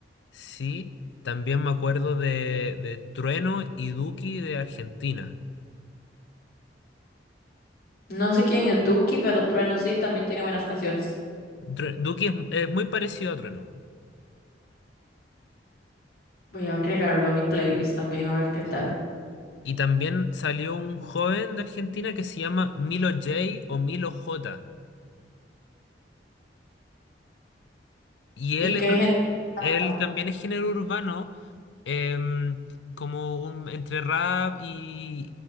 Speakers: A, on the left; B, on the left.
A: sí. También me acuerdo de, de Trueno y Duki de Argentina.
B: No sé quién es Duki, pero Trueno sí, también tiene buenas canciones.
A: True- Duki es, es muy parecido a Trueno.
B: Voy a agregarlo a mi playlist también a ver qué tal.
A: sí. Y también salió un joven de Argentina que se llama Milo J o Milo J. Y
B: ¿Y
A: él
B: qué gente canta?
A: Él también es género urbano, em, como un, entre rap y,